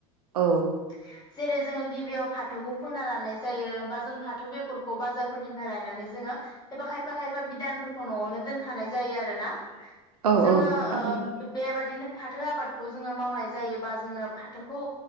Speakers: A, on the right (about 75°); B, on the left (about 20°).
A: औ।
B: <inaudible> जेरै जोङो गिबियाव फाथौखौ फोना लानाय जायो बा जों फाथो बेगरखौ बाजारफोरनिफ्राय लायनानै जोङो। एबा खायफा खायफा बिदानफोरखौ न'आवनो दोनखानाय जायो आरो ना।
A: औ
B: जोङो
A: औ थारैनो
B: बेबायदिनो फाथो आबाद खौ जोङो मावनाय जायोबा जोङो फाथोखौ